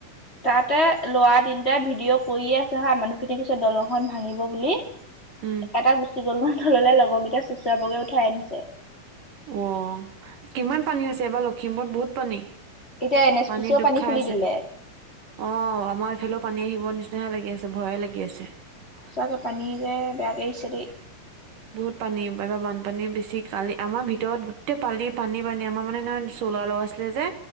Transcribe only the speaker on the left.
তাতে লৰা তিনিটা ভিডিঅ' কৰিয়ে আছে হা মানুহখিনি কৈছে দলংখন ভাঙিব বুলি। এটা
গুচি গ'ল নহ‌য় তললে লগৰকেইটা চোচৰাই বগৰাই উঠাই আনিছে।
এতিয়া এন এছ
পি চিও
পানী
খুলি
দিলে
সচাকে পানী যে বেয়াকে আহিছে দেই।